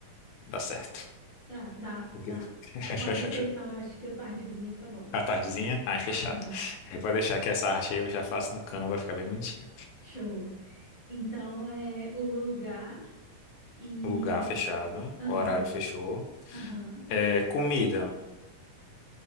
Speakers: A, on the left; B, on the left.
A: dá certo.
B: Tá, dá,
A: O
B: dá.
A: que- você- <laughs>
B: Pode ser, então, eu acho que o tardezinha fica bom.
A: A tardezinha? Ah, é fechado.
B: Aham,
A: Aí pode deixar que essa arte aí eu já faço no Canva, vai ficar bem bonitinho.
B: show. Então é o lugar e.
A: Lugar fechado,
B: Aham,
A: horário fechou.
B: aham.
A: É, comida,